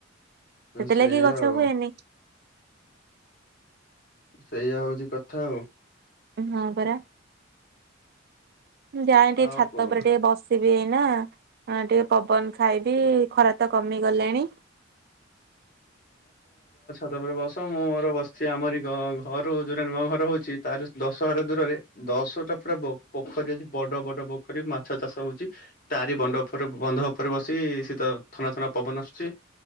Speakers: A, on the right; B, on the left.
A: ସେଥିଲାଗି
B: ସେଇଆ
A: ଗଛ
B: ଆଉ
A: ହୁଏନି।
B: ସେଇଆ ହଉଛି କଥା ଆଉ।
A: ହଁ ପରା। ମୁଁ ଯାଏ ଟିକେ
B: ଆଉ
A: ଛାତ
B: କଣ
A: ଉପରେ ଟିକେ ବସେ ଇ ନା ଆ ଟିକେ ପବନ ଖାଇ ବି ଖରା ତ କମି ଗଲାଣି।
B: ତ ଉପରେ ବସ ମୁଁ ମୋର ବସିଛି। ଆମରି ଘରୁ ଯୋଉଟା ନୂଆ ଘର ହଉଛି ତାର ଦଶହାର ଦୂରରେ ଦଶଟା ପୁରା ବୋ ପୋଖରୀ ଅଛି ବଡ ବଡ ପୋଖରୀ। ମାଛ ଚାଷ ହଉଛି। ତାରି ବଣ୍ଡ ଉପରେ ବନ୍ଧ ଉପରେ ବସି ତ ଥଣ୍ଡା ଥଣ୍ଡା ପବନ ଆସୁଛି।